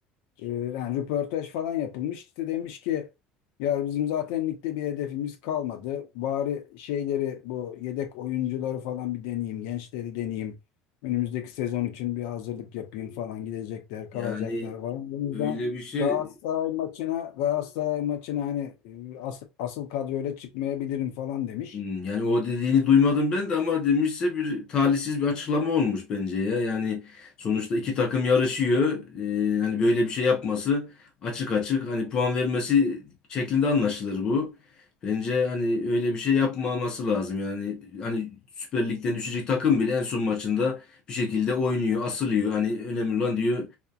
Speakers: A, on the left; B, on the left.
A: E, yani röportaj falan yapılmış. İşte demiş ki ya bizim zaten ligde bir hedefimiz kalmadı. Bari şeyleri bu yedek oyuncuları falan bir deneyeyim, gençleri deneyeyim. Önümüzdeki sezon için bir hazırlık yapayım falan gidecekler, kalacaklar
B: Yani
A: falan. O yüzden
B: öyle bir şey
A: Galatasaray maçına Galatasaray maçına hani e, as- asıl kadroyla çıkmayabilirim falan demiş.
B: Hmm, Yani o dediğini duymadım ben de ama demişse bir talihsiz bir açıklama olmuş bence ya. Yani sonuçta iki takım yarışıyor. Ee, hani böyle bir şey yapması açık açık hani puan vermesi şeklinde anlaşılır bu. Bence hani öyle bir şey yapmaması lazım. Yani hani Süper Lig'den düşecek takım bile en son maçında bir şekilde oynuyor, asılıyor. Hani önemli olan diyor